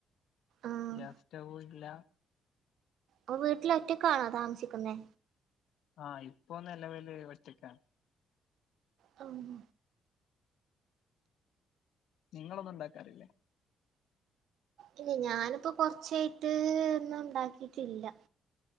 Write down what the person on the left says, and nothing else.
ഗ്യാസ് സ്റ്റവ് ഇല്ല.
ആഹ ഇപ്പൊ നിലവിൽ ഒറ്റക്കാണ്.
നിങ്ങളൊന്നും ഉണ്ടാക്കാറില്ലേ?